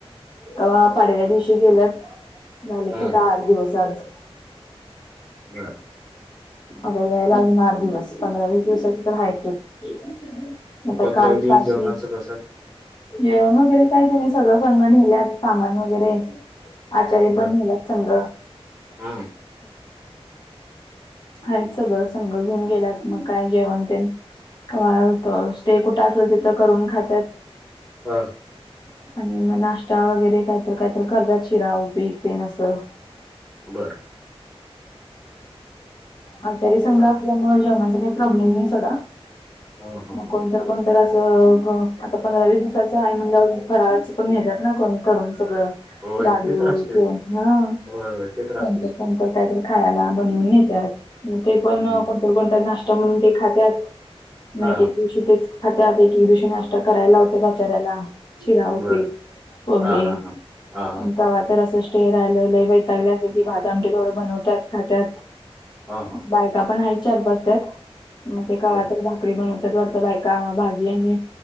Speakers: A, on the left; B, in the centre.
A: कवा पाडव्या दिवशी गेल्यात, झाले की
B: हम्म
A: आता आठ दिवस आज.
B: बर
A: अग यायला
B: मग
A: अजून आठ दिवस. पंधरा-वीस दिवसाची तर हायच ट्रिप. आता
B: पंधरावे
A: काल
B: दिवस
A: पाचवी
B: जेवणाचं कसं
A: जेवण वगैरे काय त्यांने सगळं संंग नेल्यात सामान वगैरे. आचारी पण
B: बर
A: नेल्यात संघ.
B: हम्म
A: आहेत सगळं संघ घेऊन गेल्यात मग काय जेवण तेन कवा स्टे कुठं असेल तिथं करून खात्यात.
B: हा.
A: आणि मग नाश्ता वगैरे काही‌तर कायतर करतात शिरा उपीट तेन असं.
B: बरं.
A: आचारी संघ
B: चालत
A: असल्यामुळे जेवणाचा काही प्रॉब्लेम नाही सोधा.
B: ह
A: मग
B: ह
A: कोणतर कोण तर असं आता पंधरा-वीस दिवसाचं आहे म्हणल्यावर फराळच पण नेतात ना कोण करून सगळं.
B: होय
A: लाडून
B: ते तर असते
A: तेन हा.
B: होय, होय ते तर
A: कोणतर
B: असतोच की.
A: कोणतर कायतर खायला बनवून नेतात. ते पण
B: हम्म.
A: कोणत कोणत नाश्ता म्हणून ते खात्याात. नाही
B: हा
A: तिथेच खातात एक एक दिवशी नाष्ट्ता करायला लावतात आचार्यांला. शिरा, ऊपीट,
B: बर.
A: पोहे
B: हा, हा, हा. हा, हा,
A: मग
B: हा,
A: गावात तर असं स्टे राहिलं लैवाई तागल्या अस की भात आंमटी थोडं बनवतात खात्याात.
B: हा. हा.
A: बायका पण आहेत चार-पाच त्यात‌ मग ते कावा
B: बर.
A: तर भाक री बनवतात वाटत बायका भाजी आणि